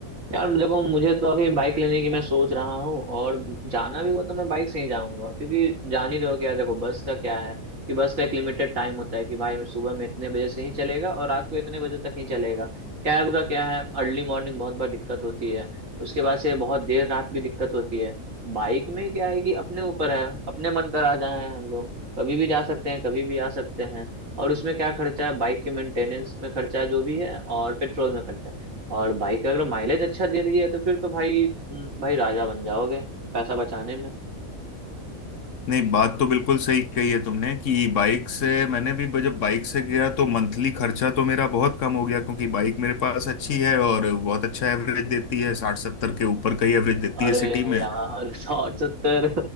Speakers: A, on the right; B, on the left.
A: यार देखो मुझे तो अभी बाइक लेने की मैं सोच रहा हूँ और जाना भी हुआ तो मैं बाइक से ही जाऊंगा क्योंकि जान ही रहे हो क्या देखो बस का क्या है कि बस का एक लिमिटेड टाइम होता है कि भाई मैं सुबह में इतने बजे से ही चलेगा और रात को इतने बजे तक ही चलेगा कैब का क्या है अर्ली मॉर्निंग बहुत बार दिक्कत होती है उसके बाद से बहुत देर रात भी दिक्कत होती है बाइक में क्या है कि अपने ऊपर है अपने मन कर आ जाए हम लोग कभी भी जा सकते हैं कभी भी आ सकते हैं और उसमें क्या खर्चा है बाइक के मेंटेनेंस में खर्चा है जो भी है और पेट्रोल में खर्चा है और बाइक अगर माइलेज अच्छा दे रही है तो फिर तो भाई तुम भाई राजा बन जाओगे पैसा बचाने में
B: नहीं बात तो बिल्कुल सही कही है तुमने कि बाइक से मैंने भी ब- जब बाइक से गया तो मंथली खर्चा तो मेरा बहुत कम हो गया क्योंकि बाइक मेरे पास अच्छी है और बहुत अच्छा एवरेज देती है साठ सत्तर के ऊपर का ही एवरेज देती
A: अरे
B: है सिटी में
A: यार <laughs> सौ सत्तर